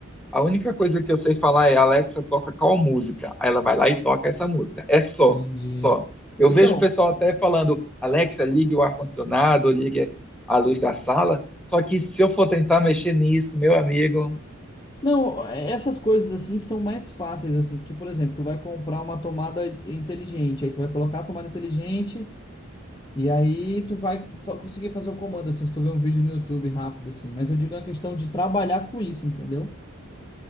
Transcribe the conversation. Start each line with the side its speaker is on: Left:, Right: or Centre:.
Centre: A única coisa que eu sei falar é, Alexa, toca qual música? Aí ela vai lá e toca essa música. É só,
Left: Entendi.
Centre: só. Eu
Left: Então,
Centre: vejo o pessoal até falando, Alexa, ligue o ar-condicionado, ou ligue a luz da sala. Só que se eu for tentar mexer nisso, meu amigo,
Left: não, é, essas coisas assim são mais fáceis, assim, porque, por exemplo, tu vai comprar uma tomada inteligente, aí tu vai colocar a tomada inteligente e aí tu vai fa- conseguir fazer o comando, assim, se tu ver um vídeo no YouTube rápido, assim. Mas eu digo a questão de trabalhar com isso, entendeu?